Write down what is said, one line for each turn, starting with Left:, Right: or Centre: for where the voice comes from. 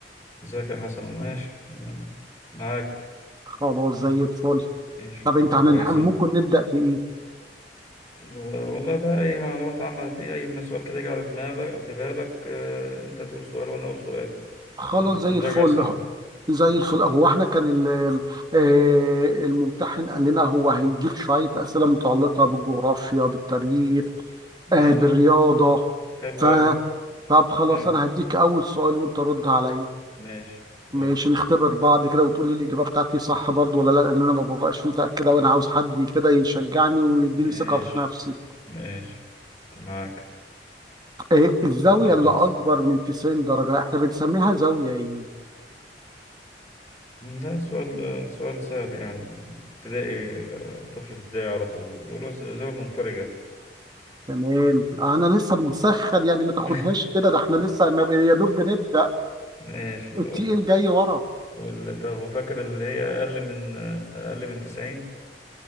Left: ازيك يا حسن ماشي أنا معاك
Right: خلاص زي الفل
Left: ماشي
Right: طب
Left: فكرة
Right: انت هنلحق
Left: كويسة
Right: ممكن نبدا بايه
Left: أه والله بقى أي معلومات عامة ت- أي سؤال كده يجي على دماغك في بالك أه أنت تقول سؤال وأنا أقول سؤال
Right: خلاص
Left: ون-
Right: زي
Left: ونراجع
Right: الفل
Left: سوا
Right: زي
Left: ده-
Right: الفل هو احنا كان ال- آه، الممتحن قال لنا هو هيجيب شوية أسئلة متعلقة بالجغرافيا بالتاريخ آه،
Left: ماشي
Right: بالرياضة
Left: حلو
Right: ف
Left: أوي
Right: طب خلاص
Left: حلو.
Right: أنا هديك أول سؤال وأنت رد عليا
Left: ماشي يلا.
Right: ماشي نختبر بعض كده وتقول لي الإجابة بتاعتي صح برضو ولا لا لأن أنا ما ببقاش متأكدة وأنا عاوز حد كده يشجعني ويديني
Left: ماشي
Right: ثقة في نفسي
Left: ماشي معاك
Right: آه، الزاوية
Left: قول يا برنس
Right: اللي أكبر من 90 درجة احنا بنسميها زاوية إيه؟
Left: ده سؤال سؤال سهل يعني ابتدائي آه، طفل في ابتدائي يعرفه يقول له زاوية منفرجة
Right: تمام انا لسه بنسخن يعني ما تاخدهاش
Left: <laughs>
Right: كده ده احنا لسه ما ب- يا دوب بنبدا
Left: ماشي
Right: التقيل
Left: أوف.
Right: جاي ورا
Left: وال- طب وفاكر اللي هي أقل من أقل من 90